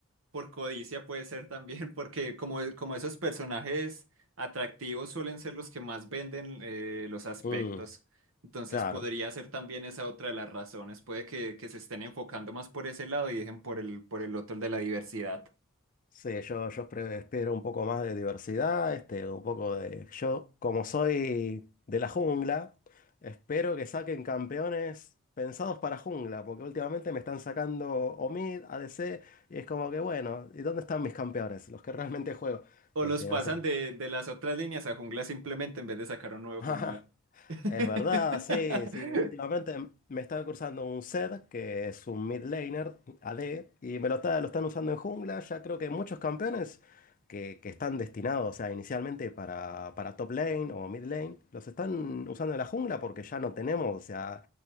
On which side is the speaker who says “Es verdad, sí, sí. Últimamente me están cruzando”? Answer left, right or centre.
Left